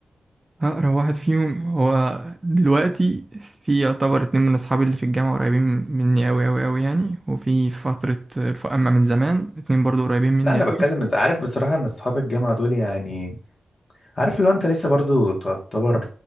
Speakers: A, on the right; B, on the left.
A: أقرب واحد فيهم هو دلوقتي في يعتبر اتنين من أصحابي اللي في الجامعة قريبين مني أوي أوي أوي يعني وفي فترة الف... أما من زمان اتنين برضو قريبين مني
B: لا انا
A: أوي
B: بتكلم من عارف بصراحه ان اصحاب الجامعه دول يعني عارف لو انت لسه برضو تعتبر